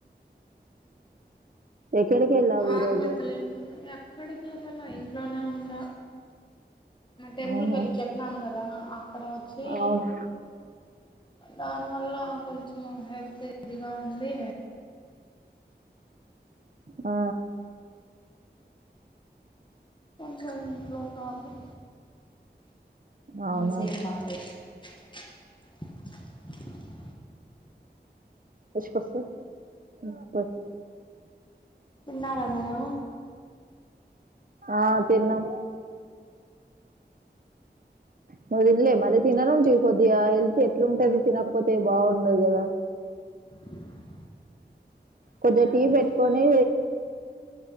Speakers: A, on the right; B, on the left.
A: ఎక్కడికి వెళ్ళావు ఈరోజు
B: ఆకలెత్తలేదండి ఎక్కడికి వెళ్ళాల ఇంట్లోనే ఉండ టెంపుల్
A: ఆహా
B: కెళ్ళి చెప్పినాను కదా అక్కడ వచ్చి
A: అవును
B: దాని వల్ల కొంచెం హెల్త్ ఇదిగా ఉంది
A: ఆ
B: ఇట్లో ఇంట్లో ప్రాబ్లం
A: అవునా
B: మనసెం బాలేదు <inaudible>
A: బస్కోస్తావ్ ప
B: తిన్నారా మీరు
A: ఆ తిన్నాం నువ్వు తిన్లే మరీ తినాలంట కొద్దిగా ఎల్త్ ఎట్లా ఉంటది తినకపోతే బాగుండదు కదా
B: <inaudible>
A: కొద్దిగ
B: తినాలి
A: టీ పెట్టుకొని
B: తింట